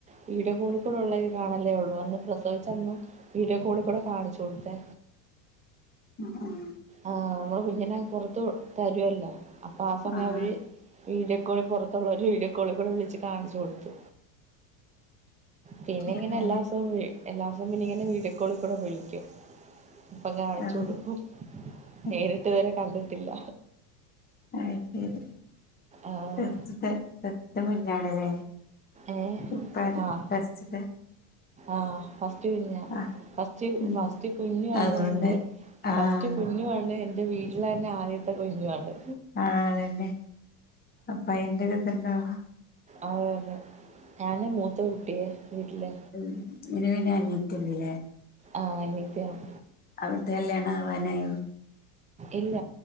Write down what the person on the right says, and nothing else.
വീഡിയോ കോളിൽ കൂടെ ഉള്ള ഇത് കാണല്ലേ ഉള്ളൂ അന്ന് പ്രസവിച്ചന്ന് വീഡിയോ കോളിൽ കൂടെ കാണിച്ചു കൊടുത്തേ
ആഹ നമ്മള് കുഞ്ഞിനെ പുറത്ത് തരുവല്ലോ അപ്പൊ ആ സമയം
അവര് വീഡിയോ കോളി പുറത്തുള്ളവർ വീഡിയോ കോളിൽ കൂടെ വിളിച്ച് കാണിച്ച് കൊടുത്തു പിന്നെ ഇങ്ങനെ
എല്ലാ ദിവസവും എല്ലാ ദിവസവും പിന്നെ ഇങ്ങനെ വീഡിയൊ കോളിൽ കൂടെ വിളിക്കും അപ്പൊ കാണിച്ചു
കൊടുക്കും
നേരിട്ട് ഇത് വരെ കണ്ടിട്ടില്ല
ആഹ്
ഏഹ്
ആഹ്
ആഹ് ഫസ്റ്റ് കുഞ്ഞാ
ഫസ്റ്റ്
ഫസ്റ്റ് കുഞ്ഞു
ആണ് എൻ്റെ
ഫസ്റ്റ് കു ഞ്ഞു ആണ് എന്റെ വീട്ടിലെ തന്നെ ആദ്യത്തെ കുഞ്ഞുവാണ്
അത് തന്നെ ഞാനാ മൂത്ത കുട്ടിയെ വീട്ടില്
ആഹ് അനിയത്തി ആണ്
ഇല്ല